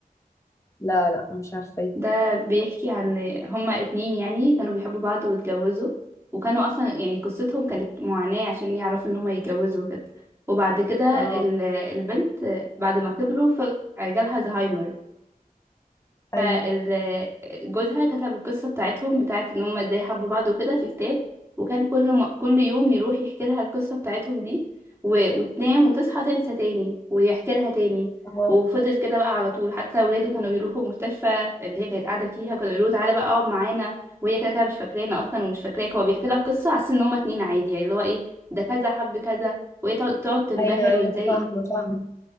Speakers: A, on the left (about 20°); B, on the right (about 15°).
A: لا لا مش عارفه
B: ده بيحكي عن هما اتنين يعني كانوا بيحبوا بعض واتجوزوا وكانوا اصلا يعني قصتهم كانت معاناة عشان يعرفوا ان هما يتجوزوا كده وبعد كده
A: اه
B: ال- البنت بعد ما كبروا ف- جالها زهايمر
A: ايوه
B: فجوزها كتب القصة بتاعتهم بتاعت ان هما ازاي حبوا بعض وكده في كتاب وكان كل م... كل يوم يروح يحكي لها القصة بتاعتهم دي و... وتنام وتصحى تنسى تاني ويحكي لها تاني
A: اه
B: وفضل كده بقى على طول حتى ولاده كانوا بيروحوا المستشفى اللي هي كانت قاعدة فيها كانوا يقولوا له تعالى بقى اقعد معانا وهي كده كده مش فاكرانا اصلا ومش فاكراك هو بيحكي لها القصة على أساس ان هما اتنين عادي يعني اللي هو ايه ده كذا حب كذا وهي تقعد تقعد تنبهر
A: ايوه ايوه
B: وازاي
A: فاهمه فاهمه